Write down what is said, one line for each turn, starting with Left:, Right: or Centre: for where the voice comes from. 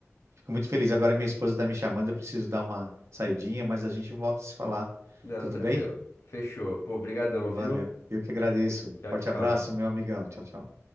Right: Fico muito feliz. Agora minha esposa está me chamando, eu preciso dar uma saidinha, mas a gente volta a se falar.
Left: Não,
Right: Tudo
Left: tranquilo.
Right: bem?
Left: Fechou. Pô, brigadão,
Right: Valeu.
Left: viu?
Right: Eu que agradeço.
Left: Tchau,
Right: Forte
Left: tchau.
Right: abraço, meu amigão. Tchau, tchau.